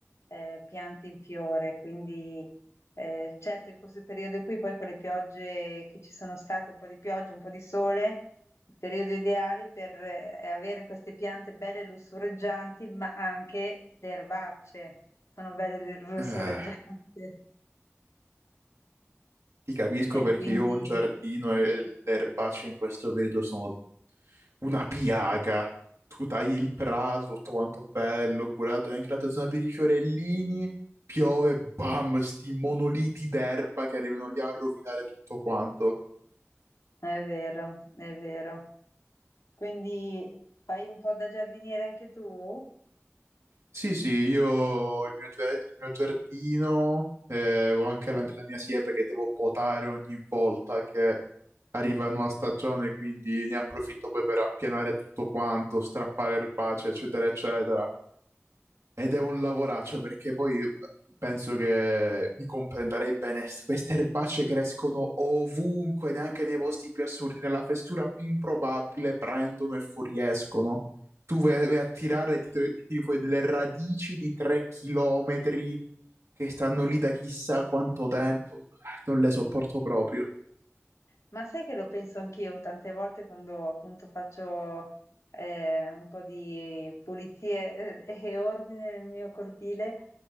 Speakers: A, on the left; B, on the right.
A: eh, piante in fiore, quindi eh, certo, in questo periodo qui, poi con le piogge che ci sono state, un po' di pioggia, un po' di sole, il periodo ideale per eh, avere queste piante belle lussureggianti, ma anche le erbacce sono belle lussureggianti.
B: Eh.
A: <laughs>
B: Ti capisco
A: E
B: perché
A: quindi
B: io ho un giardino e le erbacce in questo periodo sono una piaga. Tu tagli il prato, tutto quanto bello, curato, e anche la tua zona per i fiorellini, piove, bam, sti monoliti d'erba che arrivano lì a rovinare tutto quanto.
A: è vero, è vero. Quindi fai un po' da giardiniere anche tu?
B: Sì, sì, io ho il mio, gia- il mio giardino, eh, ho anche la, la mia siepe che devo potare ogni volta che arriva una nuova stagione, quindi ne approfitto poi per appianare tutto quanto, strappare erbacee, eccetera, eccetera. Ed è un lavoraccio perché poi eh, penso che mi comprenderei bene. Queste erbacce crescono ovunque, neanche nei posti più assurdi, nella fessura più improbabile prendono e fuoriescono. Tu vai, vai a tirare e ti, tro- ti tiri fuori delle radici di tre chilometri che stanno lì da chissà quanto tempo. Ah, Non le sopporto proprio.
A: Ma sai che lo penso anch'io tante volte quando appunto faccio eh, un po' di pulizie eh, e ordine nel mio cortile,